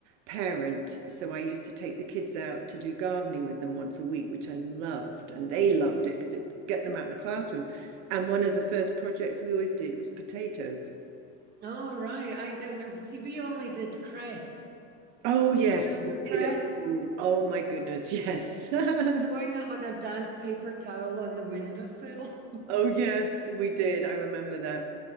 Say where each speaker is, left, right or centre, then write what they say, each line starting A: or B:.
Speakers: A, on the right; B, on the right.
A: parent, so I used to take the kids out to do gardening with them once a week, which I loved, and they loved it because it get them out in the classroom. And one of the first projects we always did was potatoes.
B: Oh, right. I no, no. See, we only did cress.
A: Oh yes, we
B: Remember
A: did
B: cress?
A: at school. Oh my goodness, yes.
B: Throwing
A: <laughs>
B: it on a damp paper towel on the windowsill. <sighs>
A: Oh yes, we did. I remember that.